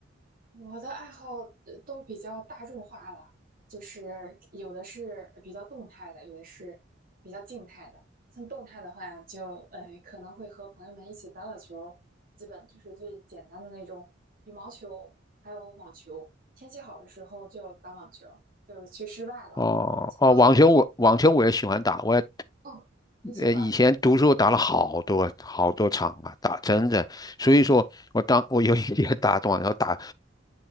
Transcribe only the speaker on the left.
哦哦，
网球我网球我也喜欢打，我也
呃以前读书打了好多好多场啊，打真的，所以说我当我有一天
<laughs> 打网球打